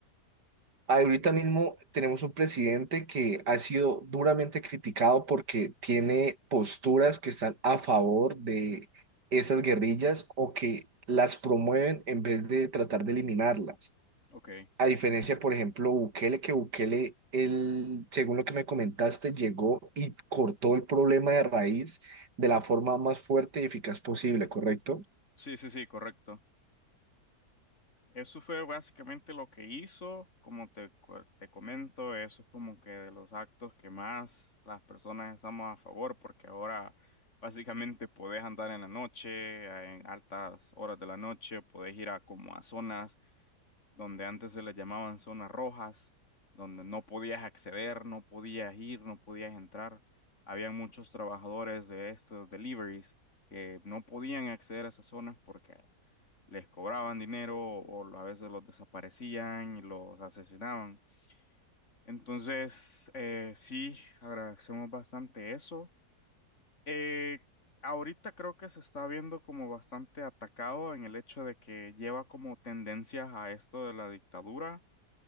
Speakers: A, on the right (about 75°); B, on the left (about 45°).
A: ahorita mismo tenemos un presidente que ha sido duramente criticado porque tiene posturas que están a favor de esas guerrillas o que las promueven en vez de tratar de eliminarlas.
B: Ok,
A: A diferencia, por ejemplo, Bukele, que Bukele, él, según lo que me comentaste, llegó y cortó el problema de raíz de la forma más fuerte y eficaz posible, ¿correcto?
B: sí, sí, sí, correcto. Eso fue básicamente lo que hizo, como te, cu- te comento, eso es como que de los actos que más las personas estamos a favor, porque ahora básicamente podés andar en la noche, en altas horas de la noche, podés ir a como a zonas donde antes se les llamaban zonas rojas, donde no podías acceder, no podías ir, no podías entrar. Habían muchos trabajadores de estos deliveries que no podían acceder a esas zonas porque les cobraban dinero o a veces los desaparecían y los asesinaban. Entonces, eh, sí, agradecemos bastante eso. Eh, ahorita creo que se está viendo como bastante atacado en el hecho de que lleva como tendencias a esto de la dictadura,